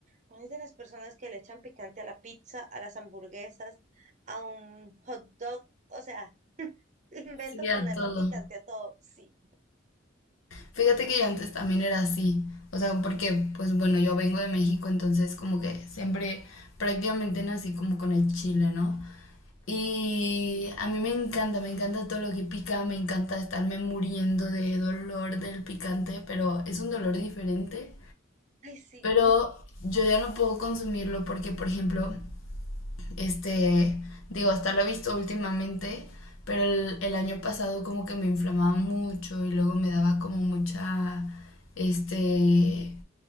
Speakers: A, on the right; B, on the left.
A: soy de las personas que le echan picante a la pizza, a las hamburguesas, a un hot dog, o sea, <laughs> invento
B: Sí, a
A: ponerle
B: todo.
A: picante a todo, sí,
B: Fíjate que yo antes también era así. O sea, porque, pues bueno, yo vengo de México, entonces como que siempre prácticamente nací como con el chile, ¿no? Y a mí me encanta, me encanta todo lo que pica, me encanta estarme muriendo de dolor del picante, pero es un dolor diferente.
A: ay, sí,
B: Pero yo ya no puedo consumirlo porque, por ejemplo, Este, digo, hasta lo he visto últimamente, pero el, el año pasado como que me inflamaba mucho y luego me daba como mucha, este,